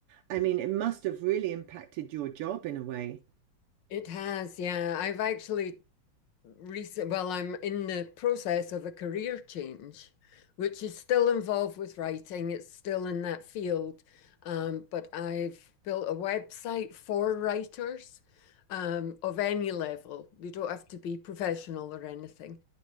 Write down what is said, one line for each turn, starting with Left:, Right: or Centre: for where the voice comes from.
Right: I mean, it must have really impacted your job in a way.
Left: It has, yeah. I've actually recent, well, I'm in the process of a career change, which is still involved with writing. It's still in that field. Um, but I've built a website for writers um, of any level. You don't have to be professional or anything.